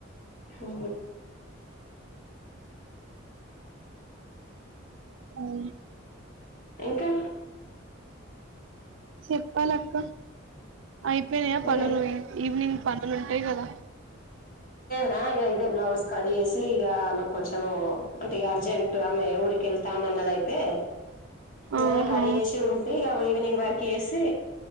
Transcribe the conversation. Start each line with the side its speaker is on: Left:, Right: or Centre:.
Left: ఓ
Right: అవును
Left: ఇంకా
Right: చెప్పాలక్క అయిపోయినియా
Left: మీరే
Right: పనులు ఈవినింగ్ పనులు ఉంటయి కదా
Left: నా ఇగ ఇదే బ్లౌస్ కడిగేసి ఇగ ఆమె కొంచెము అంటే ఇగా అర్జెంట్ ఆమె ఊరికి వెళ్తా అన్నదైతే
Right: ఆహా
Left: లేదా కడిగేసి ఉంటే ఈవినింగ్ వర్క్ చేసి